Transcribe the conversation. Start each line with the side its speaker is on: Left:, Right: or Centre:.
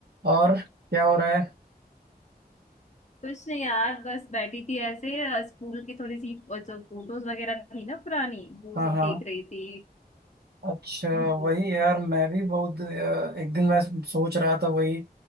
Right: और क्या हो रहा है
Left: कुछ नहीं यार बस बैठी थी ऐसे अ, स्कूल की थोड़ी सी अ, जो फोटोज वगैरह थी ना पुरानी वो
Right: हाँ
Left: सब
Right: हाँ
Left: देख रही थी
Right: अच्छा
Left: हम्म।
Right: वही यार मैं भी बहुत अ, एक दिन मैं सोच रहा था वही